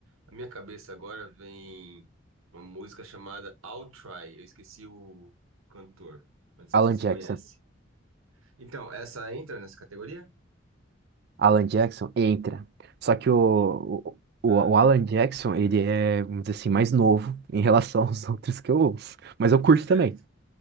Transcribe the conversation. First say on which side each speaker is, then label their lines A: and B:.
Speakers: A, on the right; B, on the right.
A: Na minha cabeça agora vem uma música chamada I'll Try. Eu esqueci o cantor. Não sei
B: Alan
A: se você
B: Jackson.
A: conhece. Então, essa entra nessa categoria?
B: Alan Jackson entra. Só que o,
A: E-
B: o,
A: Ah,
B: o Alan Jackson, ele é, vamos dizer assim, mais novo em relação aos <laughs> outros que eu ouço. Mas eu curto
A: certo.
B: também.